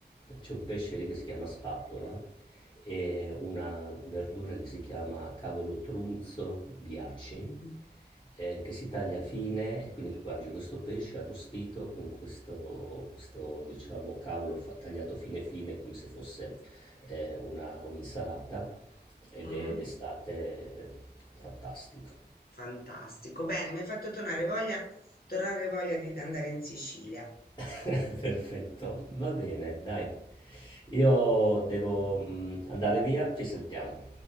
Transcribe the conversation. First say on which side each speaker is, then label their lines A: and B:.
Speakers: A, on the left (about 25°); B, on the left (about 55°).
A: c'è un pesce lì che si chiama spattola e una verdura che si chiama cavolo trunzo di aci,
B: mm.
A: eh, che si taglia fine e quindi tu mangi questo pesce arrostito con questo, questo, diciamo, cavolo fa- tagliato fine fine come se fosse eh, una- un'insalata ed
B: Mhm.
A: è d'estate eh, fantastico.
B: Fantastico. Bene, mi hai fatto tornare voglia, tornare voglia di andare in Sicilia.
A: <laughs> Perfetto, va bene, dai. Io devo mm, andare via, ci saltiamo.